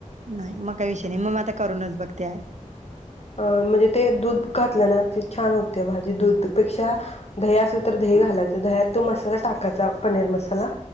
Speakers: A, on the right; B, on the left.
A: नाही मग काही विषय नाही. मग आता करूनच बघते आज.
B: अ -म्हणजे ते दूध घातलं ना की छान होते भाजी दूधपेक्षा दही असलं तर दही घालायचं, दह्यात तो मसाला टाकायचा पनीर मसाला.